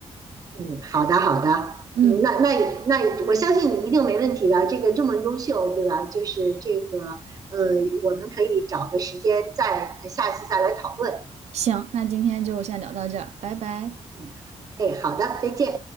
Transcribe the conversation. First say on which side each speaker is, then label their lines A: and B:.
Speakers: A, on the right (about 30°); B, on the right (about 65°).
A: 嗯，好的，好的，
B: 嗯，
A: 嗯，那那那，我相信你一定没问题的。这个这么优秀，对吧？就是这个，呃，我们可以找个时间再呃下次再来讨论。
B: 行，那今天就先聊到这儿，拜拜。
A: 嗯，哎，好的，再见。